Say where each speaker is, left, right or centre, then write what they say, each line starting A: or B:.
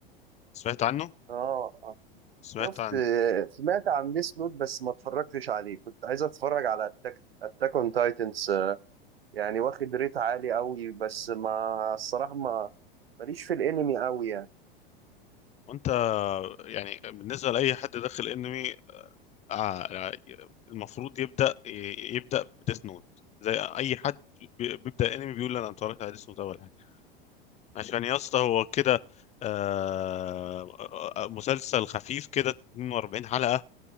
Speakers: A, on the left (about 25°); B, on the right (about 85°).
A: سمعت عنه
B: اه آه.
A: سمعت
B: شفت
A: عن
B: سمعت عن ديس نوت بس ما اتفرجتش عليه كنت عايز اتفرج على اتاك اتاك اون تايتنز يعني واخد ريت عالي قوي بس ما الصراحه ما ماليش في الانمي قوي يعني
A: وانت يعني بالنسبة لأي حد داخل انمي آه المفروض يبدأ ي- يبدأ بديس نوت زي اي حد بي- بيبدأ انمي بيقول انا اتفرجت على ديس نوت اول حاجة عشان يا اسطى هو كده آه آه، مسلسل خفيف كده 42 حلقة